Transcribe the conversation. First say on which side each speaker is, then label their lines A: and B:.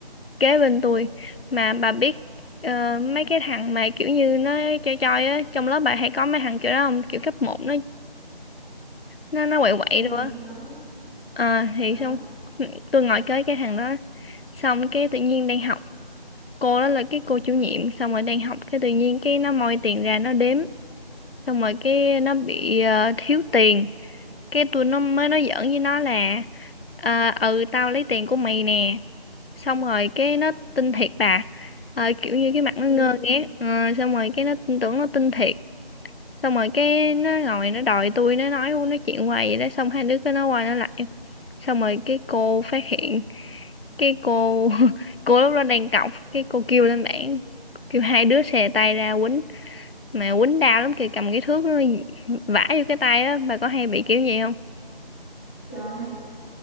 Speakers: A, on the left; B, on the left.
A: kế bên tôi mà bà biết ờ, mấy cái thằng mà kiểu như nó chơi chơi á trong lớp bà hay có mấy thằng kiểu đó không kiểu cấp một nó nó nó quậy quậy
B: ừ,
A: luôn á
B: có
A: Ờ thì
B: có
A: xong tôi ngồi kế cái thằng đó xong cái tự nhiên đang học cô đó là cái cô chủ nhiệm xong rồi đang học cái tự nhiên cái nó moi tiền ra nó đếm xong rồi cái nó bị ờ, thiếu tiền cái tôi nó mới nói giỡn với nó là ờ ừ tao lấy tiền của mày nè xong rồi cái nó tin thiệt bà Ờ, kiểu như cái mặt nó
B: ừ.
A: ngơ ngác Ờ, xong rồi cái nó tin tưởng nó tin thiệt xong rồi cái nó ngồi nó đòi tôi nó nói nó chuyện hoài vậy đó xong hai đứa cứ nói qua nói lại xong rồi cái cô phát hiện cái cô <laughs> cô lúc đó đang cọc cái cô kêu lên bảng kêu hai đứa xè tay ra quýnh mà quýnh đau lắm kìa cầm cái thước nó vả vô cái tay á bà có hay bị kiểu gì không
B: trời